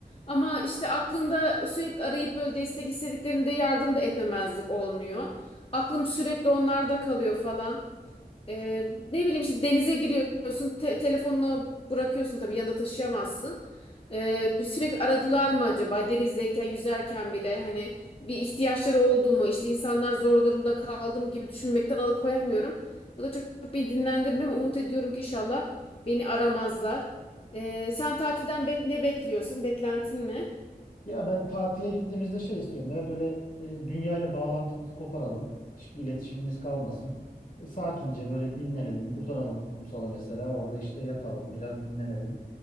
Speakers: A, on the left; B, on the left.
A: Ama işte aklında sürekli arayıp böyle destek istediklerinde yardım da etmemezlik olmuyor. Aklım sürekli onlarda kalıyor falan. Ee, ne bileyim işte denize giriyorsun, te- telefonunu bırakıyorsun tabii yanında taşıyamazsın. Ee, bir sürekli aradılar mı acaba denizdeyken yüzerken bile hani bir ihtiyaçları oldu mu işte insanlar zor durumda kaldı mı gibi düşünmekten alıkoyamıyorum. Bu da çok, çok beni dinlendirmiyor ama umut ediyorum ki inşallah beni aramazlar. Ee, sen tatilden bek- ne bekliyorsun? Beklentin ne?
B: Ya ben tatile gittiğimizde şey istiyorum ya böyle e, dünyayla bağlantımızı koparalım. Hiçbir iletişimimiz kalmasın. E, sakince böyle dinlenelim, uzanalım kumsala mesela. Orada işte yatalım, biraz dinlenelim